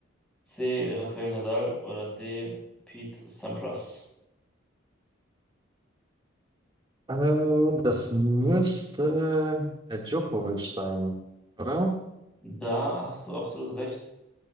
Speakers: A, in the centre; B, on the right.
A: C. Rafael Nadal oder D. Pete Sampras.
B: Äh, das müsste der Djokovic sein, oder?
A: Da hast du absolut recht.